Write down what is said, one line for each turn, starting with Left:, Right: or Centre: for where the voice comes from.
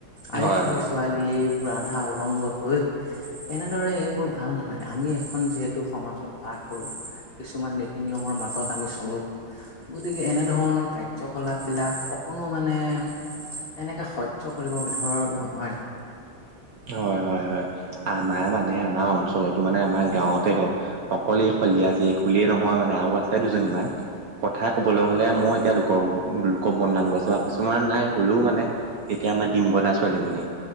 Left: আজিকালি
Right: হয় হয়।
Left: ছোৱালীয়ে আধা উলংগ হৈ এনেদৰে এইবোৰ ভাল নালাগে আমি এখন যিহেতু সমাজত বাস কৰো কিছুমান নীতি নিয়মৰ মাজত আমি চলো গতিকে এনেধৰণৰ কাৰ্যকলাপ বিলাক কোনো মানে এনেকে সহ্য কৰিব বিধৰ নহয়
Right: হয় হয় হয় আমাৰ মানে আমাৰ অঞ্চলতো মানে আমাৰ গাঁৱতে হওক অকলে শলিয়া জীয়েক বুলিয়েই নহয় মানে আৰু আছে দুজনীমান কথা কবলৈ হলে মই এতিয়া লোক লোক বদনাম গৈ আছো কিছুমান নাই হলেও মানে এতিয়া এতিয়া আমা ডিম্বু দা ছোৱালীজনী